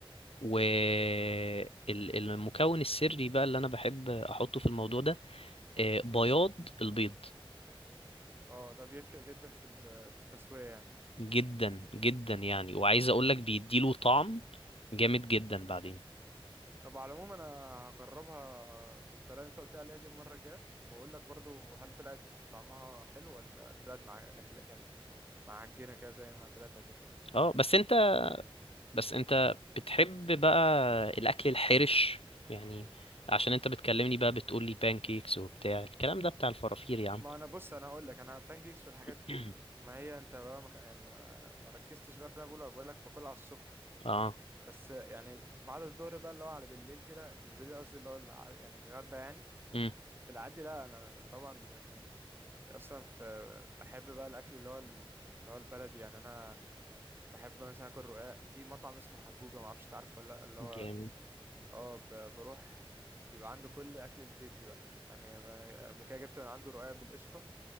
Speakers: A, on the left; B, on the right.
A: والمكون السري بقى اللي انا بحب احطه في الموضوع ده آه، بياض البيض
B: اه ده بيفرق جدا في ال- في التسويه يعني
A: جدا جدا يعني وعايز اقول لك بيديله طعم جامد جدا بعدين
B: طب على العموم انا هجربها بالطريقه اللي انت قلت عليها دي المره الجايه واقول لك برضو هل طلعت طعمها حلو ولا طلعت مع لك يعني معجنه كده زي ما طلعت قبل كده
A: اه بس انت بس انت بتحب بقى الاكل الحرش يعني عشان انت بتكلمني بقى بتقول لي بانكيكس وبتاع الكلام ده بتاع الفرافير يا عم
B: ما انا بص انا اقول لك انا بان كيكس والحاجات
A: <clears throat>
B: دي ما هي انت بقى مخ... يعني ما... ما ركزتش بقى في اللي انا بقوله بقول لك باكلها على الصبح
A: اه
B: بس يعني بعد الظهر بقى اللي هو على بالليل كده مش بالليل قصدي اللي هو الع- يعني الغدا يعني
A: امم
B: في العادي لا انا طبعا يعني اصلا في بحب بقى الاكل اللي هو ال- اللي هو البلدي يعني انا بحب مثلا اكل رقاق في مطعم اسمه حجوجة ما اعرفش تعرف ولا لا اللي هو
A: جامد
B: اه ب- بروح بيبقى عنده كل اكل البيتي بقى يعني ما- قبل كده جبت من عنده رقاق بالقشطة